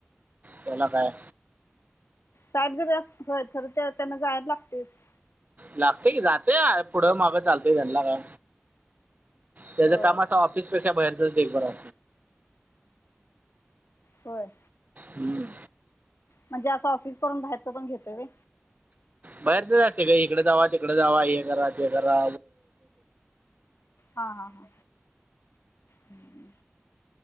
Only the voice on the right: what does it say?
तेला काय.
लागते की जाते पुढं मागं चालतय त्यांना काय त्याचा
कामा असा ऑफिसपेक्षा बाहेरचच एक बरा
हम्म
बाहेर तेते का इकडे जावा तिकडे जावा हे करा ते करा